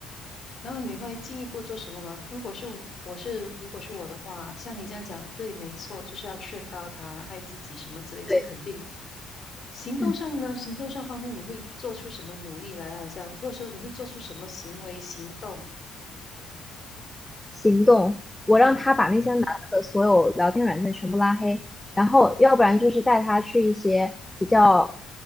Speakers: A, on the left (about 40°); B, in the centre.
A: 然后你会进一步做什么吗？如果是我是如果是我的话，像你这样讲，对，没错，就是要劝告他爱自己什么之类，这肯定。
B: 对，
A: 行动上呢，
B: 嗯，
A: 行动上方面你会做出什么努力来啊？这样，或者说你会做出什么行为行动？
B: 行动，我让他把那些男的的所有聊天软件全部拉黑，
A: 嗯
B: 然后要不然就是带他去一些比较